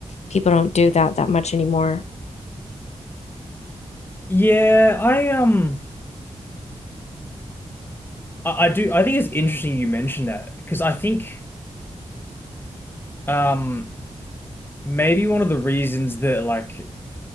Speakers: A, on the left (about 65°); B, on the left (about 15°).
A: people don't do that that much anymore.
B: Yeah, I um I, I do I think it's interesting you mentioned that because I think um maybe one of the reasons that like